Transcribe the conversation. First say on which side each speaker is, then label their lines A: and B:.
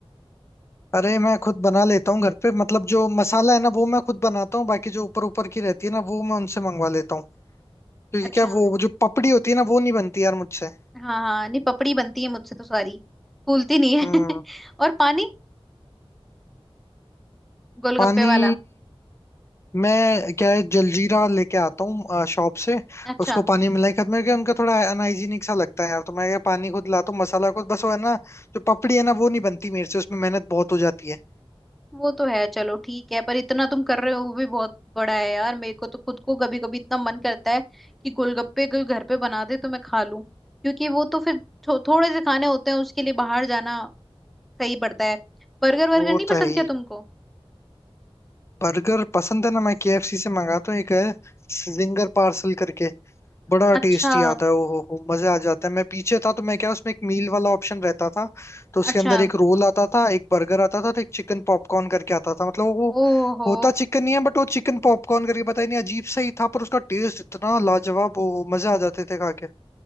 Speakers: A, on the left; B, in the centre.
A: अरे मैं खुद बना लेता हूँ घर पे मतलब जो मसाला है ना वो मैं खुद बनाता हूँ बाकी जो ऊपर ऊपर की रहती है ना वो मैं उनसे मंगवा लेता हूँ क्योंकि
B: अच्छा
A: क्या वो वो जो पपड़ी होती है ना वो नहीं बनती यार मुझसे
B: हाँ हाँ नहीं पपड़ी बनती है मुझसे तो सारी फूलती नहीं है
A: हम्म
B: <laughs> और पानी गोलगप्पे
A: पानी
B: वाला
A: मैं क्या है जलजीरा लेके आता हूँ शॉप से
B: अच्छा
A: उसको पानी मिला के मेरे को उनका थोड़ा अनहाइजीनिक सा लगता है यार तो मैं ये पानी खुद लाता हूँ मसाला खुद बस वो है ना जो पपड़ी है ना वो नहीं बनती मेरे से उसमें मेहनत बहुत हो जाती है
B: वो तो है चलो ठीक है पर इतना तुम कर रहे हो वो भी बहुत बड़ा है यार मेरे को तो खुद को कभी कभी इतना मन करता है कि गोलगप्पे कोई घर पे बना दे तो मैं खा लूं क्योंकि वो तो फिर थो, थोड़े से खाने होते हैं उसके लिए बाहर जाना सही पड़ता है बर्गर वर्गर
A: वो
B: नहीं
A: तो
B: पसंद
A: है ही
B: क्या तुमको
A: बर्गर पसंद है ना मैं केएफसी से मंगाता हूँ एक है जिंगर पार्सल करके बड़ा
B: अच्छा
A: टेस्टी आता है ओ हो मजे आ जाता है मैं पीछे था तो मैं क्या उसमें एक मील वाला ऑप्शन रहता था तो
B: अच्छा
A: उसके अंदर एक रोल आता था एक बर्गर आता था तो एक चिकन पॉपकॉर्न करके आता था मतलब वो
B: ओहो
A: होता चिकन नहीं है बट वो चिकन पॉपकॉर्न करके पता ही नहीं अजीब सा ही था पर उसका टेस्ट इतना लाजवाब ओ हो मजे आ जाते थे खा के